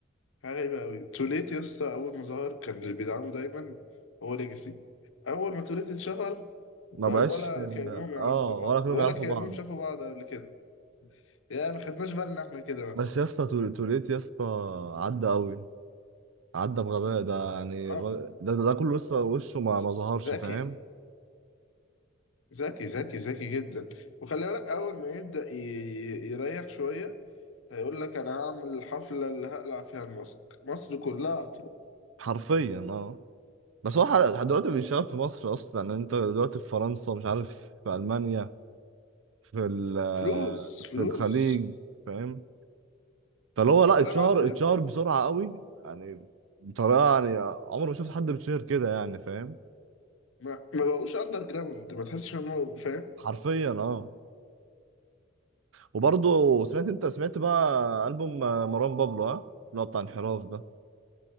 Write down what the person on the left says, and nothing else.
حاجه غريبه قوي توليت يا اسطى اول ما ظهر كان اللي بيدعمه دايما هو ليجاسي اول ما توليت اتشهر
بقى
ولا كانهم يعرفوا
بعض
ولا
كانهم
شافوا بعض قبل كده يا ما خدناش بالنا احنا كده مثلا
آه،
ذ-
ذكي
ذكي ذكي ذكي جدا وخلي بالك اول ما يبدا ي- ي- يريح شويه هيقول لك انا هعمل الحفله اللي هقلع فيها الماسك مصر كلها هتروح.
فلوس فلوس
بتوع
الراب
عدوا
ما ما بقوش اندر جراوند ما تحسش ان هو فاهم